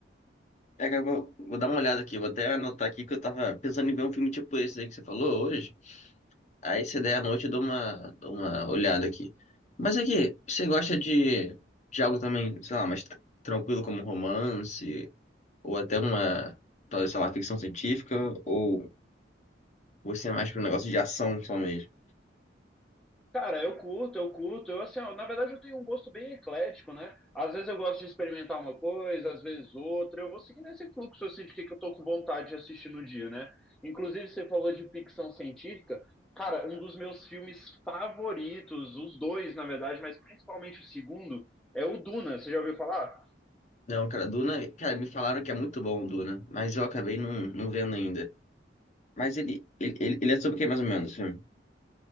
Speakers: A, on the left (about 40°); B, in the centre.
A: É que eu vou, vou dar uma olhada aqui, vou até anotar aqui que eu tava pensando em ver um filme tipo esse aí que você falou hoje. Aí se der à noite eu dou uma, dou uma olhada aqui. Mas aqui, você gosta de, de algo também, sei lá, mais tr- tranquilo como romance, ou até uma, talvez, sei lá, ficção científica, ou você é mais pro negócio de ação só mesmo?
B: Cara, eu curto, eu curto. Eu, assim, ó, na verdade, eu tenho um gosto bem eclético, né? Às vezes eu gosto de experimentar uma coisa, às vezes outra. Eu vou seguindo esse fluxo, assim, de que que eu tô com vontade de assistir no dia, né? Inclusive, você falou de ficção científica. Cara, um dos meus filmes favoritos, os dois, na verdade, mas principalmente o segundo, é o Duna. Você já ouviu falar?
A: Não, cara, Duna, cara, me falaram que é muito bom o Duna, mas eu acabei não, não vendo ainda. Mas ele, ele, ele ele é sobre o que mais ou menos o filme?